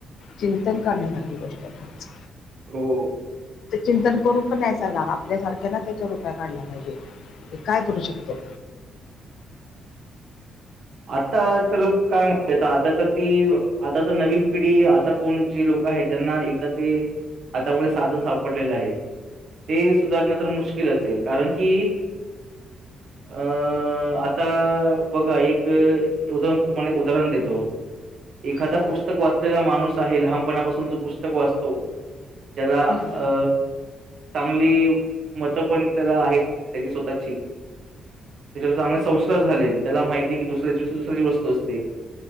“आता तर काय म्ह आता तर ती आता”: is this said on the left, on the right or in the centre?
Right